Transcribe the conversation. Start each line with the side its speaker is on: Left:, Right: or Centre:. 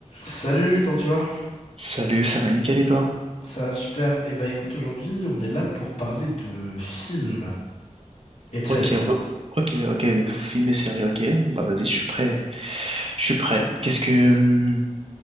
Left: Salut, comment tu vas?
Right: Salut, ça va nickel et toi?
Left: Ça va super. Et bah écoute, aujourd'hui, on est là pour parler de films et de séries.
Right: Ok, re- ok, ok, film et série, ok. Bah vas-y, je suis prêt. Je suis prêt. Qu'est-ce que, hum,